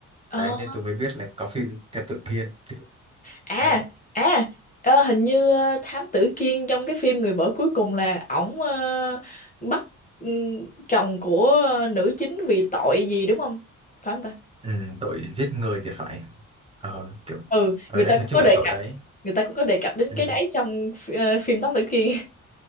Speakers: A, on the left (about 25°); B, on the right (about 15°).
A: Ờ.
B: Đấy nên tôi mới biết là có phim Thám Tử Kiên
A: À,
B: Đấy
A: à, ờ, hình như ờ, Thám Tử Kiên trong cái phim Người vợ cuối cùng là ổng ờ, bắt ừm, chồng của nữ chính vì tội gì đúng không? Phải không ta?
B: ừ, tội giết người thì phải Ờ kiểu
A: ừ
B: Ở
A: người
B: đấy
A: ta
B: nói
A: cũng
B: chung
A: có
B: là
A: đề
B: tội
A: cập
B: đấy
A: người ta cũng có đề cập đến
B: ừ.
A: cái đấy trong phi- ờ, phim Thám Tử Kiên